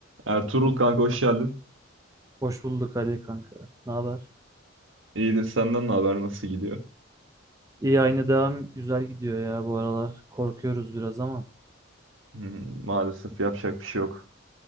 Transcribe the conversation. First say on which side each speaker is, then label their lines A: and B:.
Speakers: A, on the right; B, on the right.
A: Ertuğrul kanka hoş geldin.
B: Hoş bulduk Ali kanka. Ne haber?
A: İyidir senden ne haber nasıl gidiyor?
B: İyi aynı devam güzel gidiyor ya bu aralar. Korkuyoruz biraz ama.
A: Hmm, maalesef yapacak bir şey yok.